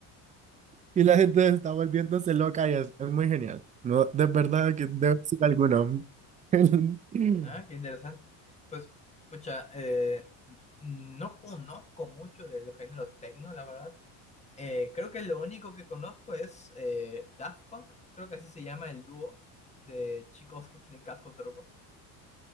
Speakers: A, on the right; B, on the left.
A: Y la gente está volviéndose loca y es, es muy genial. No, de verdad que debe ser alguno. <clears throat> <laughs>
B: ¿ah? Qué interesante. Pues, pucha, eh, n- no conozco mucho del género techno, la verdad. Eh, creo que lo único que conozco es eh, Daft Punk, creo que así se llama el dúo de chicos que tienen cascos de robot,